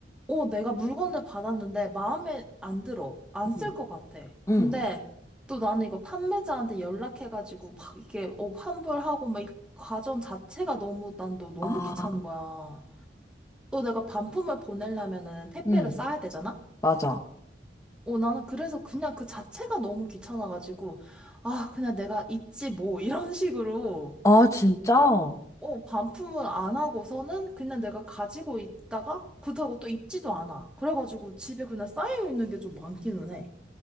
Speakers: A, in the centre; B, on the left.
A: 어, 내가 물건을 받았는데 마음에 안 들어. 안 쓸
B: 응.
A: 것 같아.
B: 응.
A: 근데 또 나는 이거 판매자한테 연락해가지고 막 이게 어, 환불하고 막 이 과정 자체가 너무 난 너, 너무
B: 아,
A: 귀찮은 거야. 또 내가 반품을 보내려면은 택배를
B: 응,
A: 싸야 되잖아?
B: 맞아.
A: 어, 나는 그래서 그냥 그 자체가 너무 귀찮아가지고 아, 그냥 내가 입지 뭐 이런 식으로
B: 아, 진짜?
A: 어, 반품을 안 하고서는 그냥 내가 가지고 있다가 그렇다고 또 입지도 않아. 그래가지고 집에 그냥 쌓여 있는 게 좀 많기는 해.